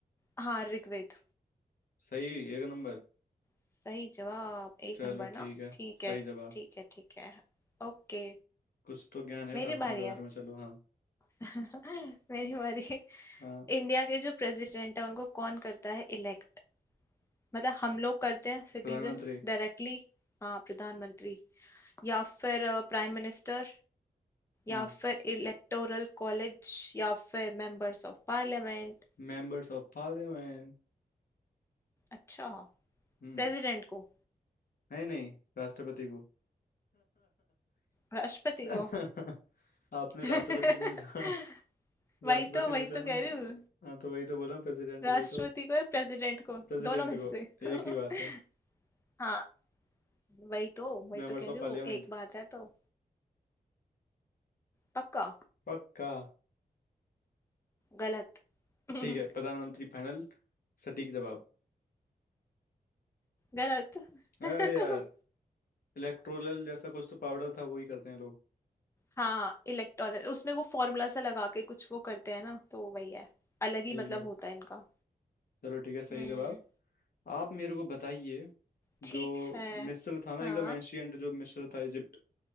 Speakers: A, on the left; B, on the left.
A: हाँ ऋग्वेद
B: सही एक नंबर
A: सही जवाब एक
B: चलो
A: नंबर
B: ठीक
A: ना
B: है
A: ठीक
B: सही
A: है
B: जवाब
A: ठीक है ठीक है ओके
B: कुछ तो ज्ञान है
A: मेरी
B: शास्त्रों
A: बारी
B: के बारे
A: है
B: में चलो हाँ
A: <laughs> मेरी बारी
B: हाँ
A: इंडिया के जो प्रेसिडेंट है उनको कौन करता है इलेक्ट मतलब हम लोग करते हैं सिटीजन्स
B: प्रधानमंत्री
A: डायरेक्टली हाँ प्रधानमंत्री या फिर प्राइम मिनिस्टर
B: हम्म
A: या फिर इलेक्टोरल कॉलेज या फिर मेंबर्स ऑफ पार्लियामेंट
B: Members of parliament
A: अच्छा
B: हम्म
A: प्रेसिडेंट को
B: नहीं नहीं राष्ट्रपति को
A: राष्ट्रपति
B: <laughs>
A: को
B: आपने
A: <laughs>
B: राष्ट्रपति पूछा <laughs> राष्ट्रपति
A: वही तो वही
B: पूछा
A: तो
B: ना
A: कह रही हूँ
B: हाँ तो वही तो बोला प्रेसिडेंट
A: राष्ट्रपति
B: को ही तो
A: को या प्रेसिडेंट को
B: प्रेसिडेंट
A: दोनों में
B: को
A: से <laughs>
B: एक ही बात है
A: हाँ वही तो वही
B: Members
A: तो कह
B: of
A: रही
B: parliament
A: हूँ एक बात है तो पक्का
B: पक्का
A: गलत <laughs>
B: ठीक है प्रधानमंत्री फाइनल सटीक जवाब
A: गलत <laughs>
B: अरे यार इलेक्ट्रोलल जैसा कुछ तो पाउडर था वो ही करते हैं लोग
A: हाँ इलेक्टोरल उसमें वो फॉर्मूला सा लगा के कुछ वो करते हैं ना तो वही है अलग
B: ठीक
A: ही मतलब
B: है
A: होता है इनका
B: चलो ठीक है सही
A: हम्म
B: जवाब आप मेरे को बताइए
A: ठीक
B: जो
A: है
B: मिस्र था ना
A: हाँ
B: एकदम एंशियंट जो मिस्र था इजिप्ट